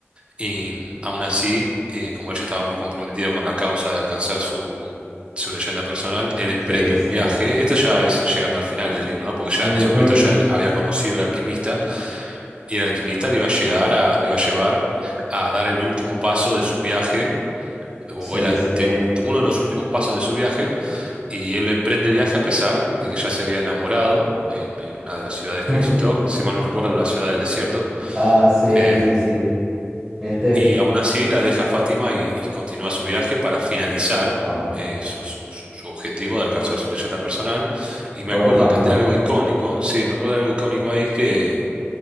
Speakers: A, on the right; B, in the centre.
A: y mm, aún así, eh, como ella estaba muy comprometido con la causa de alcanzar su, su leyenda personal, él emprende
B: sí, es
A: un
B: cierto.
A: viaje, esto ya es llegando al final del libro, ¿no? Porque ya
B: Ujú,
A: en ese momento ya él había conocido al alquimista, y el alquimista le iba a llegar a, le iba a llevar a dar el último paso de su viaje, o
B: Sí,
A: el anteúltimo,
B: sí.
A: uno de los últimos pasos de su viaje y él emprende el viaje a pesar de que ya se había enamorado en, en una de las ciudades
B: <laughs>
A: que visitó, si mal no recuerdo, la ciudad del desierto,
B: Ah, sí,
A: eh,
B: sí, sí. Este,
A: y aún así la deja a Fátima y, y continúa su viaje para finalizar
B: ah,
A: eh, su, su- su- su objetivo de alcanzar su leyenda personal. Y me
B: pobre
A: acuerdo
B: Fátima.
A: de algo icónico, sí, me acuerdo de algo icónico ahí que,